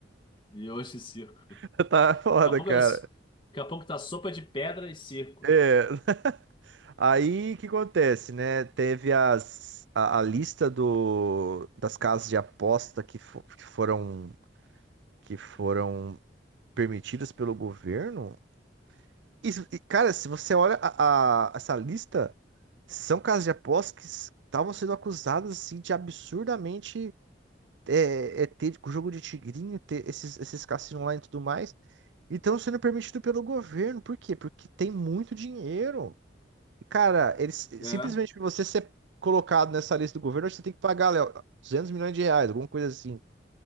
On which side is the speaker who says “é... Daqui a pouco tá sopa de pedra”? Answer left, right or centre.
Left